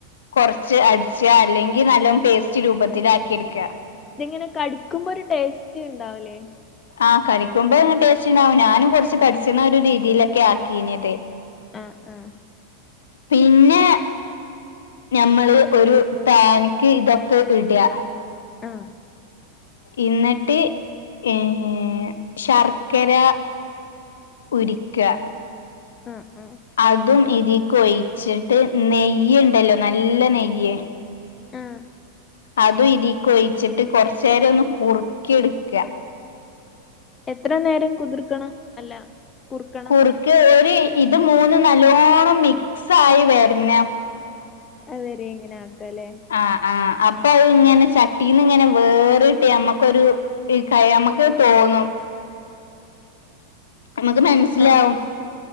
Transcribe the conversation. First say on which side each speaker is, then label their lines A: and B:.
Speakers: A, on the left (about 65°); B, on the left (about 20°).
A: കൊറച്ച് അടിച്ച അല്ലെങ്കിൽ നല്ലോം പേസ്റ്റ് രൂപത്തിലാക്കി എടുക്ക
B: ഇതിങ്ങനെ കടിക്കുമ്പോ ഒരു ടേസ്റ്റ് ഇണ്ടാവുലേ?
A: ആഹ് കടിക്കുമ്പോ ടേസ്റ്റിണ്ടാവും ഞാനും കുറച്ച് കടിച്ചിണ ഒരു രീതിയിലൊക്കെ ആക്കിന്നത്
B: ആഹ് ആഹ്.
A: പിന്നെ നഞമ്മള് ഒരു പാന്ക്ക് ഇതൊക്കെ ഇടാ
B: ആഹ്
A: ഇന്നിട്ട് ആ ശർക്കര ഉരിക്കാ
B: ആഹ് ആഹ്
A: അതും ഇതീക്ക് ഒഴിച്ചിട്ട് നെയ്യുണ്ടല്ലോ നല്ല നെയ്യ്
B: ആഹ്
A: അതും ഇതിക്ക് ഒഴിച്ചിട്ട് കുറചെരം ഒന്ന് കുറുക്കി എടുക്കാ..
B: എത്ര നേരം കുതിർക്കണം അല്ല..? കുറുക്കണം
A: കുറുക്ക് ഒരു ഇത് മൂന്ന് നല്ലോണ്ണം മിക്സ്സായി വരണ്ണം..
B: അഹ് വരെ ഇങ്ങനെ ആക്ക ല്ലേ..
A: ആ ആ അപ്പൊ അത് ഇങ്ങനെ ചട്ടീന്ന് ഇങ്ങനെ വേറിട്ട് നമ്മക്കൊരു.. ഈ കഴ നമക്ക് തോന്നും..
B: <inaudible>
A: നമുക്ക് മൻ.. മനസ്സിലാവും
B: ആഹ്